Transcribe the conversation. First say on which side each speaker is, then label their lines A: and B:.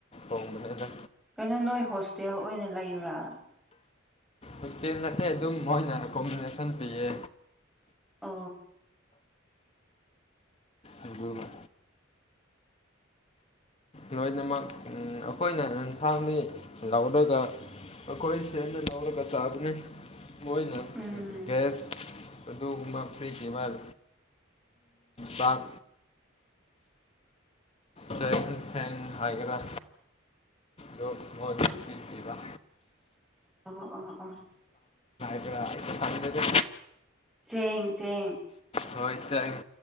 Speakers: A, on the left (about 30°); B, in the centre.
A: ꯍꯣꯣꯡ ꯃꯗ
B: ꯀꯩꯅꯣ ꯅꯣꯏ ꯍꯣꯁꯇꯦꯜ ꯑꯣꯏꯅ ꯂꯩꯕ꯭ꯔꯥ
A: ꯍꯣꯁꯇꯦꯜ ꯅꯠꯇꯦ ꯑꯗꯨꯝ ꯃꯣꯏꯅ ꯑꯦꯀꯣꯃꯤꯅꯦꯁꯟ ꯄꯤꯌꯦ
B: ꯑ
A: ꯑꯗꯨꯒ ꯂꯣꯏꯅꯃꯛ ꯑꯩꯈꯣꯏꯅ ꯌꯦꯟꯁꯥꯡ ꯃꯤ ꯂꯧꯔꯒ ꯀꯣꯏ ꯁꯦ ꯅꯧꯔ ꯀꯅꯤ ꯑꯣꯏꯣꯏꯅꯦꯁ
B: ꯎꯝ
A: ꯑꯗꯨꯒꯨꯝꯕ ꯐ꯭ꯔꯤ ꯀꯦꯕꯥꯜ ꯄꯥꯛ ꯁꯦꯡ ꯁ ꯍꯥꯏꯒꯔꯥ ꯂ ꯏ ꯀꯔ
B: ꯑꯣ ꯑꯣ ꯑꯣꯥ
A: ꯑꯗꯨꯒꯥ ꯄꯁꯥꯟ ꯂꯩꯗ
B: ꯆꯦꯡ ꯆꯦꯡ
A: ꯍꯣꯏ ꯆꯪ